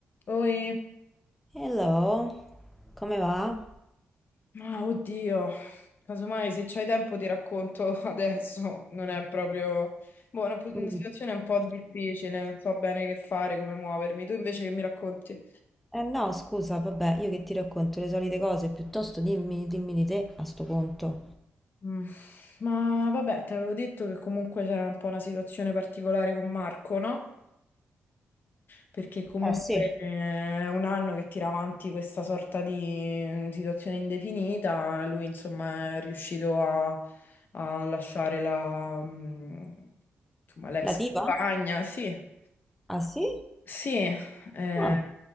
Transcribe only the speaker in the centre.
Hello, come va?
Mm.
Eh no, scusa, vabbè, io che ti racconto le solite cose, piuttosto dimmi, dimmi di te a sto punto.
Eh sì,
la tipa?
Ah sì?
Ah,